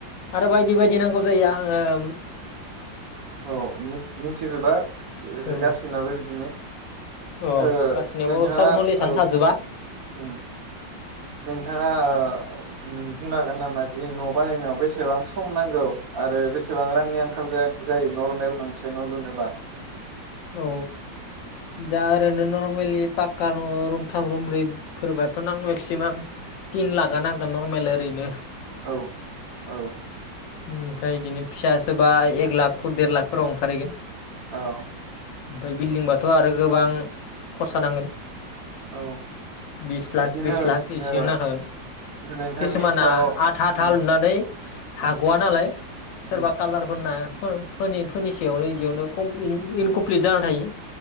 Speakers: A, on the left; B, on the right.
A: आरो बायदि बायदि नांगौ जायो आङो ओम
B: औ मिनथिजोबा
A: औ
B: गााससिनाबो बिदिनो
A: अ
B: ओ
A: गासैनियावबो
B: नोंथाङा
A: सब नलेजआनो
B: औ
A: थाजोबा
B: उम। नोंथाङा ओ बुं हागोन नामा जि न' बानायनायाव बेसेबां सम नांगौ आरो बेसेबां रांनि आंखाल जायो नरमेल मोनसे न' लुनोबा
A: औ दा ओरैनो नरमेलि पाक्का न'रुमथाम रुमब्रैफोरबाथ' नां मेक्सिमाम थिन लाखा नांगोन नर्मेलि ओरैनो
B: औ औ
A: ओनिफ्राय इदिनो फिसा सोबा एक लाख देर लाखफोराव ओंखारहैगोन।
B: औ
A: ओमफाय बिल्डिंबाथ' आरो गोबां खरसा नांगोन।
B: औ
A: बिस लाख
B: बिदिनो
A: त्रिस लाख एसेयाव
B: ओ
A: नांखागोन
B: नोंथांनि
A: किसुमाना
B: हिसाबाव
A: आथा आथा
B: उम
A: लुनानै हाग'वा
B: उम
A: नालाय सोरबा
B: उम
A: कालारफोनना फोनि -फोनि सायावनो इदियावनो कम इनक प्लिट जाना थायो।